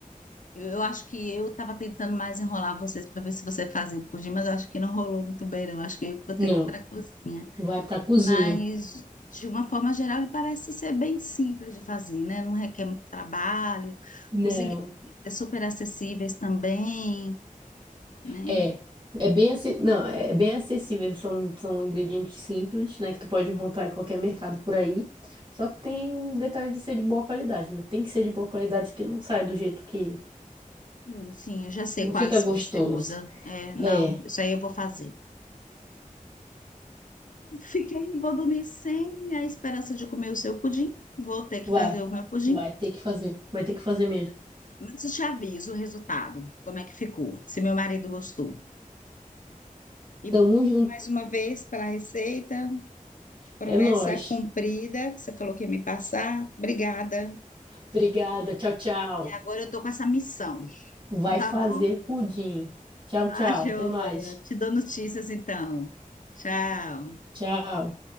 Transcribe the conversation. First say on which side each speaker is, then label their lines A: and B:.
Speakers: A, on the left; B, on the right.
A: Eu, eu acho que eu estava tentando mais enrolar vocês para ver se você fazia o pudim, mas eu acho que não rolou muito bem, não. Eu Acho que eu vou
B: Não,
A: ter que ir para a cozinha.
B: vai pra cozinha.
A: Mas, de uma forma geral, ele parece ser bem simples de fazer, né? Não requer muito trabalho,
B: Não.
A: os ingredientes são super acessíveis também, né?
B: É. É bem, ace- não, é é bem acessível, são, são ingredientes simples, né, que tu pode encontrar em qualquer mercado por aí. Só que tem um detalhe de ser de boa qualidade, né? Tem que ser de boa qualidade, que não sai do jeito que
A: Hum, Sim, eu já sei
B: Não
A: quais
B: fica gostoso.
A: você usa. É, não,
B: É,
A: isso aí eu vou fazer. Fiquei, vou dormir sem a esperança de comer o seu pudim. Vou ter que
B: vai.
A: fazer o meu pudim.
B: Vai ter que fazer. Vai ter que fazer mesmo.
A: Mas eu te aviso o resultado, como é que ficou, se meu marido gostou. E
B: Tamo junto.
A: mais uma vez pela receita, promessa
B: É nóis.
A: cumprida, que você falou que ia me passar. Obrigada.
B: Obrigada. Tchau, tchau.
A: E agora eu tô com essa missão,
B: Vai
A: <laughs> tá
B: fazer
A: bom?
B: o pudim. Tchau,
A: Tá,
B: tchau.
A: joia.
B: Até mais.
A: Te dou notícias então. Tchau.
B: Tchau.